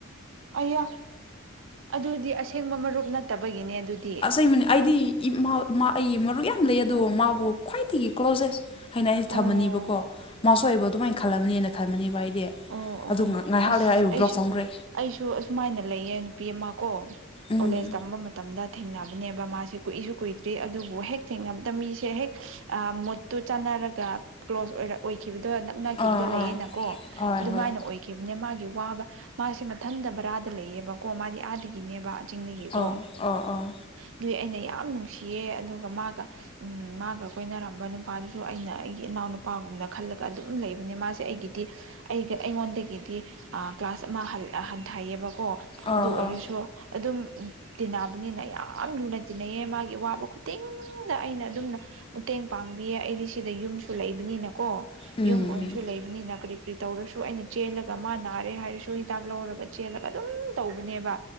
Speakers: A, on the right; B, on the left.
A: ꯑꯌꯥ ꯑꯗꯨꯗꯤ ꯑꯁꯦꯡꯕ ꯃꯔꯨꯞ ꯅꯠꯇꯕꯒꯤꯅꯦ ꯑꯗꯨꯗꯤ
B: ꯑꯁꯕꯅꯤ ꯑꯩꯗꯤ ꯑꯩꯒꯤ ꯃꯔꯨꯞ ꯌꯥꯝ ꯂꯩ ꯑꯗꯨꯕꯨ ꯃꯥꯕꯨ ꯈ꯭ꯋꯥꯏꯗꯒꯤ ꯀ꯭ꯂꯣꯖꯦꯁ ꯍꯥꯏꯅ ꯑꯩꯅ
A: ꯑꯣ
B: ꯊꯝꯃꯅꯤꯕꯀꯣ ꯃꯥꯁꯨ ꯑꯩꯕ ꯑꯗꯨꯃꯥꯏꯅ ꯈꯜꯂꯝꯅꯦꯅ ꯈꯟꯕꯅꯤꯕ ꯑꯩꯗꯤ
A: ꯑꯣ ꯑꯣ
B: ꯑꯗꯨ ꯉ ꯉꯥꯏꯍꯥꯛꯜꯂꯦ
A: ꯑꯁ
B: ꯑꯩꯕꯨ
A: ꯑꯩꯁꯨ
B: ꯕ꯭ꯂꯣꯛ ꯊꯝꯈ꯭ꯔꯦ
A: ꯑꯩꯁꯨ ꯑꯁꯨꯃꯥꯏꯅ ꯂꯩꯌꯦ ꯅꯨꯄꯤ ꯑꯃ ꯀꯣ
B: ꯎꯝ
A: ꯀꯣꯂꯦꯖ ꯇꯝꯕ ꯃꯇꯝꯗ ꯊꯦꯡꯅꯕꯅꯦꯕ ꯃꯥꯁꯦ ꯀꯨꯏꯁꯨ ꯀꯨꯏꯗ꯭ꯔꯤ ꯑꯗꯨꯕꯨ ꯍꯦꯛ ꯊꯦꯡꯅꯕꯗ ꯃꯤꯁꯦ ꯍꯦꯛ ꯃꯨꯠꯇꯨ ꯆꯥꯟꯅꯔꯒ ꯀ꯭ꯂꯣꯁ ꯑꯣꯏꯔ ꯑꯣꯏꯈꯤꯕꯗꯣ ꯅꯛꯅꯈꯤꯕꯗꯣ
B: ꯑꯥ
A: ꯂꯩꯌꯦꯅꯀꯣ
B: ꯑꯥ ꯍꯣꯏ
A: ꯑꯗꯨꯃꯥꯏꯅ
B: ꯍꯣꯏ
A: ꯑꯣꯏ ꯈꯤꯕꯅꯦ ꯃꯥꯒꯤ ꯋꯥꯕ ꯃꯥꯁꯦ ꯃꯊꯟꯇ ꯕꯔꯥꯗ ꯂꯩꯌꯦꯕꯀꯣ ꯃꯥꯗꯤ ꯑꯥꯗꯒꯤꯅꯦꯕ ꯀꯛꯆꯤꯡꯗꯒꯤꯀꯣ
B: ꯑꯣ ꯑꯣ ꯑꯣ
A: ꯑꯗꯨꯏ ꯑꯩꯅ ꯌꯥꯝ ꯅꯨꯡꯁꯤꯌꯦ ꯑꯗꯨꯒ ꯃꯥꯒ ꯃꯥꯒ ꯀꯣꯏꯅꯔꯝꯕ ꯅꯨꯄꯥꯗꯨꯁꯨ ꯑꯩꯅ ꯑꯩꯒꯤ ꯏꯅꯥꯎ ꯅꯨꯄꯥꯒꯨꯝꯅ ꯈꯜꯂꯒ ꯑꯗꯨꯝ ꯂꯩꯕꯅꯤ ꯃꯥꯁꯦ ꯑꯩꯒꯤꯗꯤ ꯑꯩꯒ ꯑꯩꯉꯣꯟꯗꯒꯤ ꯒꯤꯗꯤ ꯀ꯭ꯂꯥꯁ ꯑꯃ ꯍꯟꯊꯩꯌꯦꯕꯀꯣ
B: ꯑꯥ
A: ꯑꯗꯨ ꯑꯣꯏꯔꯁꯨ
B: ꯑꯥ
A: ꯑꯗꯨꯝ ꯇꯤꯟꯅꯕꯅꯤꯅ ꯌꯥꯝ ꯂꯨꯅ ꯇꯤꯟꯅꯩꯌꯦ ꯃꯥꯒꯤ ꯑꯕ ꯈꯨꯗꯤꯡꯗ ꯑꯩꯅ ꯑꯗꯨꯝꯅ ꯃꯇꯦꯡ ꯄꯥꯡꯕꯤꯌꯦ ꯑꯩꯗꯤ ꯁꯤꯗ ꯌꯨꯝꯁꯨ ꯂꯩꯕꯅꯤꯅꯀꯣ
B: ꯎꯝ
A: ꯌꯨꯝ ꯑꯣꯏꯅꯁꯨ
B: ꯎꯝ
A: ꯂꯩꯕꯅꯤꯅ ꯀꯔꯤ ꯀꯔꯤ ꯇꯧꯔꯁꯨ ꯑꯩꯅ ꯆꯦꯜꯂꯒ ꯃꯥ ꯅꯥꯔꯦ ꯍꯥꯏꯔꯁꯨ ꯍꯤꯗꯥꯛ ꯂꯧꯔꯒ ꯆꯦꯜꯂꯒ ꯑꯗꯨꯝ ꯇꯧꯕꯅꯦꯕ